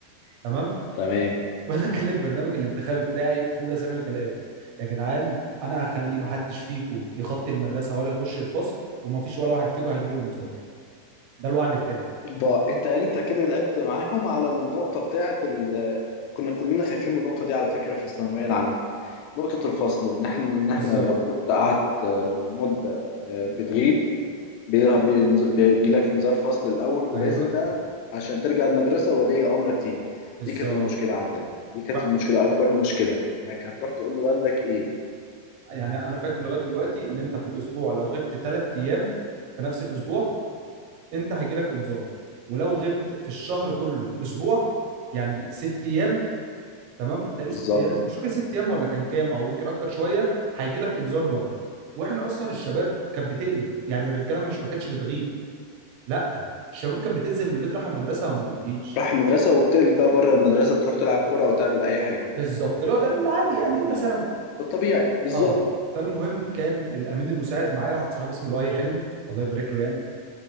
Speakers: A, on the right; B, on the left.
A: تمام
B: تمام
A: فانا كان البرنامج الانتخابي بتاعي في اولى ثانوي كالاتي يا جدعان انا هخلي ما حدش فيكم يخطي المدرسه ولا يخش الفصل وما فيش ولا واحد فيكم هيجي له انذار ده الوعد بتاعي
B: بقى انت يعني انت كده لعبت معاهم على النقطه بتاعه ال... كنا كلنا خايفين من النقطه دي على فكره في الثانويه العامه نقطة الفصل إن إحنا إن إحنا
A: بالظبط
B: لو كنت قعدت آه، مدة آه، بتغيب بي- بينز- بيجيلك إنذار فصل الأول ولازم
A: ايوه
B: بقى عشان ترجع المدرسة ولي أمرك تيجي
A: بالظبط
B: دي كانت المشكلة عندنا دي كانت
A: وح...
B: المشكلة أكبر مشكلة إنك هتروح تقول لوالدك إيه
A: يعني انا فاكر لغايه دلوقتي ان انت في الاسبوع لو غبت ثلاث ايام في نفس الاسبوع انت هيجي لك انذار ولو غبت في الشهر كله اسبوع يعني ست ايام تمام بتهيألي
B: بالظبط
A: ست ايام مش فاكر ست ايام ولا كان كام او يمكن اكتر شويه هيجي لك انذار برضه واحنا اصلا الشباب كانت بتقلب يعني الرجاله مش ما كانتش بتغيب لا الشباب كانت بتنزل من البيت رايحه المدرسه وما بتجيش
B: راح المدرسة وبتقلب بقى بره المدرسة تروح تلعب كرة أو تعمل أي حاجة
A: بالظبط اللي هو ده العادي يعني اولى ثانوي
B: الطبيعي بالظبط
A: اه فالمهم كان الامين المساعد معايا واحد صاحبي اسمه لؤي حلمي الله يبارك له يعني